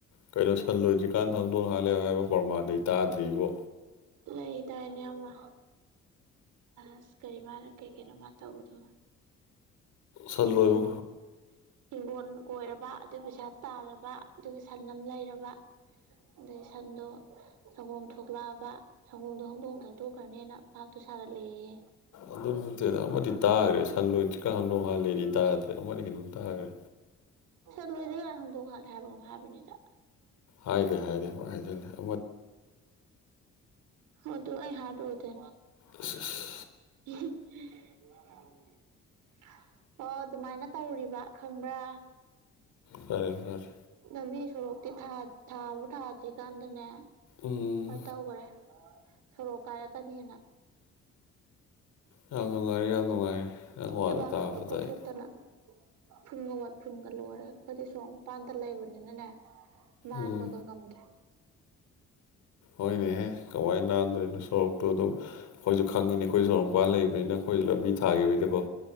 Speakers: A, on the left; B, on the right.
A: ꯀꯩꯅꯣ ꯁꯟ ꯂꯣꯏꯗ꯭ꯔꯤꯀꯥꯟꯗ ꯍꯥꯡꯗꯣꯡ ꯍꯥꯠꯂꯦ ꯍꯥꯏꯕ ꯄ꯭ꯔꯃꯥꯟꯗꯤ ꯑꯩ ꯇꯥꯗ꯭ꯔꯤꯕꯣ
B: ꯂꯩꯗꯥꯢꯅꯦ ꯑꯃ ꯑꯁ ꯀꯔꯤ ꯃꯥꯅ ꯀꯩ ꯀꯩꯅꯣ ꯃꯥ ꯇꯧꯕꯗꯨꯕꯣ
A: ꯁꯟ
B: ꯀꯔꯤ
A: ꯂꯣꯏꯕ
B: ꯍꯤꯡꯒꯣꯜ ꯍꯤꯡꯒꯣꯜ ꯀꯣꯏꯔꯕ ꯑꯗꯨꯏ ꯄꯩꯁꯥ ꯇꯥꯜꯂꯕ ꯑꯗꯨꯒꯤ ꯁꯟ ꯑꯃ ꯂꯩꯔꯕ ꯑꯗꯩ ꯁꯟꯗꯣ ꯁꯪꯒꯣꯝ ꯊꯣꯛꯂꯛꯑꯕ ꯁꯪꯝꯒꯣꯝꯗꯣ ꯍꯧꯗꯣꯡ ꯊꯛꯇꯣꯛꯈ꯭ꯔꯅꯦꯅ ꯚꯥꯞꯇꯨ ꯁꯥꯒꯠꯂꯦꯌꯦ
A: ꯑꯗꯨ ꯅꯠꯇꯦꯗ ꯑꯃꯗꯤ ꯇꯥꯒ꯭ꯔꯦ ꯁꯟ ꯂꯣꯏꯗ꯭ꯔꯤꯀꯥꯟ ꯍꯧꯗꯣꯡ ꯍꯥꯠꯂꯦꯗꯤ ꯇꯥꯗ꯭ꯔꯦ ꯑꯃꯗꯤ ꯀꯩꯅꯣꯝ ꯇꯥꯒ꯭ꯔꯦ
B: ꯁꯟ ꯂꯣꯏꯗꯤꯒꯥꯟ ꯍꯧꯗꯣꯡ ꯍꯠꯂꯦ ꯍꯥꯏꯕ ꯑꯃ ꯍꯥꯏꯕꯅꯤꯗ
A: ꯍꯥꯏꯗꯦ ꯍꯥꯏꯗꯦ ꯕꯨꯡꯍꯥꯢ ꯍꯥꯢꯖꯤꯜꯂꯦ
B: ꯑꯗꯨ ꯑꯩ ꯍꯥ ꯇ ꯑꯣꯏ ꯇ
A: ꯑꯁ <unintelligible>
B: ꯍꯨꯝ <unintelligible> ꯑꯣ ꯑꯗꯨꯃꯥꯏꯅ ꯇꯧꯔꯤꯕ ꯈꯪꯕ꯭ꯔꯥ
A: ꯐꯔꯦ ꯐꯔꯦ
B: ꯂꯝꯕꯤ ꯁꯣꯔꯣꯛꯇꯤ ꯊꯥ ꯊꯥꯕꯨ ꯊꯥꯗ꯭ꯔꯤꯀꯥꯟꯗꯅꯦ
A: ꯎꯝ
B: ꯕ ꯇꯧꯒ꯭ꯔꯦ ꯁꯣꯔꯣꯛ ꯀꯥꯏꯔꯛꯀꯅꯤꯅ
A: ꯌꯥꯝ ꯅꯨꯡꯉꯥꯏꯔꯦ ꯌꯥꯝ ꯅꯨꯡꯉꯥꯏꯔꯦ ꯅꯪ
B: ꯊꯕꯥꯛ
A: ꯋꯥꯗꯣ ꯇꯥꯕꯗ
B: ꯂꯣꯏ ꯀꯣꯠꯊꯣꯛꯇꯅ
A: ꯑꯩ
B: ꯏꯐꯨꯟꯒ ꯋꯥꯏꯐꯨꯟꯒ ꯂꯣꯏꯔꯦ ꯑꯩꯈꫭꯏꯗꯤ ꯁꯣꯔꯣꯛ ꯃꯄꯥꯟꯗ ꯂꯩꯕꯅꯤꯅꯅꯦ ꯅꯥꯟꯕꯒ
A: ꯎꯝ
B: ꯉꯝꯗ꯭ꯔꯦ
A: ꯍꯣꯏꯅꯦꯍꯦ ꯀꯃꯥꯏ ꯅꯥꯟꯗꯣꯏꯅꯣ ꯁꯣꯔꯣꯛꯇꯨ ꯑꯗꯨꯝ ꯑꯩꯈꯣꯏꯁꯨ ꯈꯪꯉꯤꯅꯦ ꯑꯩꯈꯣꯏꯁꯨ ꯁꯣꯔꯣꯛ ꯃꯄꯥꯟ ꯂꯩꯕꯅꯤꯅ ꯑꯩꯈꯣꯏꯁꯨ ꯂꯝꯕꯤ ꯊꯥꯈꯤꯕꯒꯤꯀꯣ